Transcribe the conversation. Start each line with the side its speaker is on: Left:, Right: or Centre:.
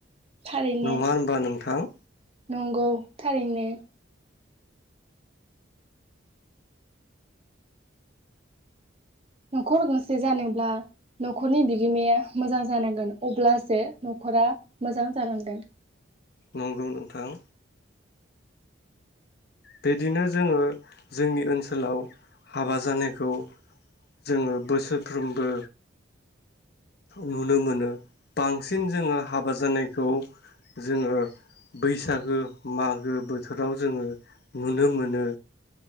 Right: थारैनो
Left: नङा होनबा नोंथां?
Right: नंगौ थारैनो न'खर गंसे जानोब्ला न'खरनि बिगोमाया मोजां जानांगोन अब्लासो न'खरा मोजां जालांगोन
Left: नंगौ नोंथां। बिदिनो जोङो जोंनि ओनसोलाव हाबा जानायखौ जोङो बोसोरफ्रोमबो नुनो मोनो बांसिन जोङो हाबा जानायखौ जोङो बैसागो मागो बोथोराव जोङो नुनो मोनो।